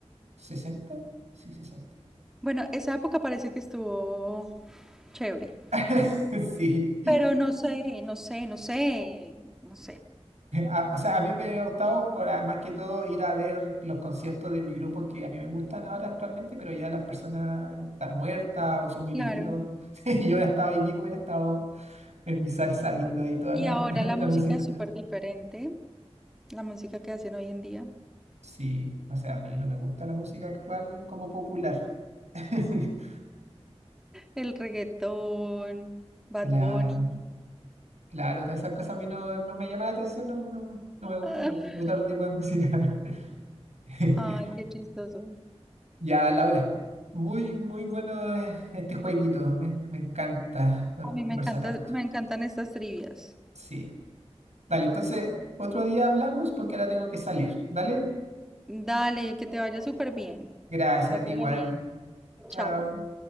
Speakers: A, on the right; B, in the centre.
A: sesenta sí, sesenta
B: Bueno, esa época parece que estuvo chévere.
A: <laughs> Sí.
B: Pero no sé, no sé, no sé, no sé.
A: A- o sea, a mí me ha gustado por, ah, más que todo ir a ver los conciertos de mi grupo que a mí me gustan ahora actualmente, pero ya las personas están muertas o son muy
B: Claro.
A: viejitos. <laughs> Y yo hubiera estado ahí vivo, hubiera estado en mi salsa viendo ahí toda
B: Y
A: la,
B: ahora
A: <laughs>
B: la
A: la
B: música
A: música.
B: es súper diferente. La música que hacen hoy en día.
A: Sí, o sea, a mí no me gusta la música actual como popular. <laughs>
B: El reggaetón, Bad
A: Claro,
B: Bunny.
A: claro, todas esas cosas a mí no, no me llaman la atención, no, no, no me gustan,
B: <laughs>
A: me gusta otro tipo de música. <laughs>
B: Ah, Ay, qué chistoso.
A: Ya, Laura, muy, muy bueno eh, este jueguito, me, me encanta, vamos
B: A mí
A: a conversar
B: me encanta,
A: harto.
B: me encantan estas trivias.
A: Sí, dale, entonces otro día hablamos porque ahora tengo que salir, ¿dale?
B: Dale, que te vaya súper bien.
A: Gracias
B: Pásala
A: a ti igual,
B: bien.
A: chao.
B: Chao.